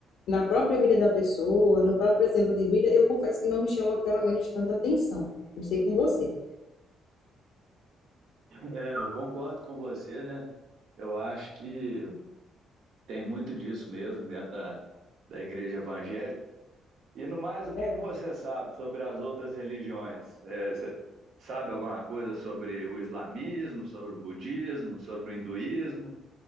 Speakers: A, on the left (about 80°); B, on the right (about 70°).
A: na própria vida da pessoa, no próprio exemplo de vida, eu confesso que não me chama pelo menos tanta atenção. Não sei com você,
B: É, eu concordo com você, né? Eu acho que tem muito disso mesmo dentro da, da igreja evangélica. E no mais,
A: é
B: o
A: verdade.
B: que que você sabe sobre as outras religiões? É, você sabe alguma coisa sobre o islamismo, sobre o budismo, sobre o hinduísmo?